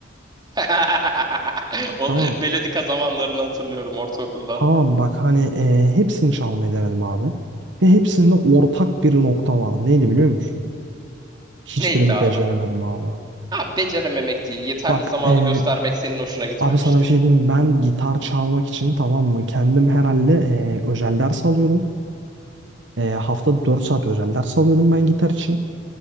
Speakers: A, on the right; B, on the right.
A: <laughs> O
B: Tamam.
A: melodika zamanlarını hatırlıyorum ortaokulda.
B: Tamam bak hani eee, hepsini çalmayı denedim abi. Ve hepsinde ortak bir nokta vardı. Neydi biliyor musun? Hiçbirini
A: Neydi abi?
B: beceremedim abi.
A: Abi becerememek değil. Yeterli
B: Bak
A: zamanı
B: eee,
A: göstermek senin hoşuna gitmemiştir.
B: abi sana bir şey diyeyim. mi? Ben gitar çalmak için tamam mı? Kendim herhalde eee, özel ders alıyordum. Eee haftada 4 saat özel ders alıyordum ben gitar için.